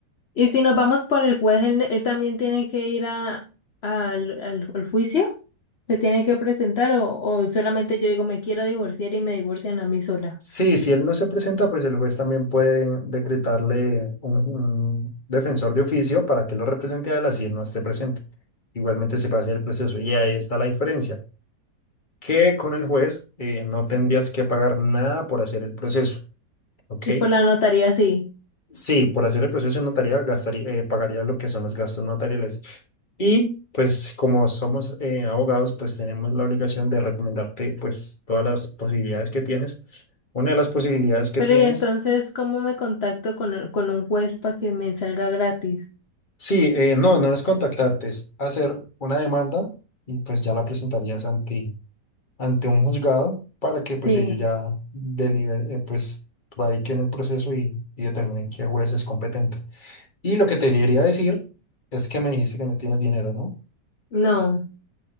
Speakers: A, on the left; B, on the left.
A: Y si nos vamos por el juez, él, él también tiene que ir a, al, al- al juicio, se tiene que presentar o, o solamente yo digo me quiero divorciar y me divorcian a mí sola.
B: Sí, si él no se presenta, pues el juez también puede decretarle un, un defensor de oficio para que lo represente a él así él no esté presente. Igualmente se pasa el proceso. Y ahí está la diferencia, que con el juez eh, no tendrías que pagar nada por hacer el proceso, ¿ok?
A: Y por la notaría sí.
B: Sí, por hacer el proceso en notaría gastaría, eh, pagaría lo que son los gastos notariales. Y pues como somos eh, abogados, pues tenemos la obligación de recomendarte pues todas las posibilidades que tienes. Una de las posibilidades que
A: Pero
B: tienes
A: y entonces, ¿cómo me contacto con, un- con un juez para que me salga gratis?
B: Sí, eh, no, no es contactarte, es hacer una demanda y pues ya la presentarías ante, ante un juzgado para que
A: Sí.
B: pues ellos ya deliberen, eh, pues radiquen el proceso y, y determinen qué juez es competente. Y lo que te quería decir es que me dijiste que no tienes dinero, ¿no?
A: No,